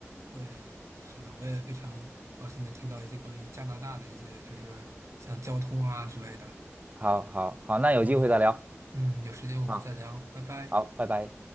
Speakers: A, on the right; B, on the right.
A: 对，是的，我也非常高兴能听到一些关于加拿大的一些，就是像交通啊之类的。
B: 好，好，好，那有机会再聊。
A: 我们嗯，有时间我们再聊，
B: 好，
A: 拜拜。
B: 好，拜拜。